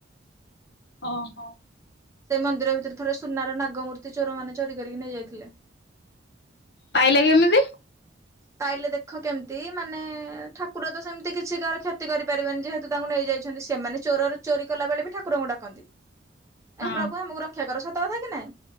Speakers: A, on the left; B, on the right.
A: ହଁ ହଁ।
B: ସେ ମନ୍ଦିର ଭିତରେ ଥରେ ସୁନାର ନାଗମୂର୍ତ୍ତି ଚୋର ମାନେ ଚୋରି କରିକି ନେଇଯାଇଥିଲେ।
A: ପାଇଲେ କେମିତି।
B: ପାଇଲେ ଦେଖ କେମିତି ମାନେ ଠାକୁର ତ ସେମତି କିଛି କାହାର କ୍ଷତି କରିପାରିବେନି ଯେହେତୁ ତାଙ୍କୁ ନେ ହେଇ ଯାଇଛନ୍ତି ସେମାନେ ଚୋରର ଚୋରି କଲା ବେଳେ ବି ଠାକୁରଙ୍କୁ ଡାକନ୍ତି।
A: ହଁ
B: ଏ ପ୍ରଭୁ ଆମକୁ ରକ୍ଷା କର ସତ କଥା କି ନାଇଁ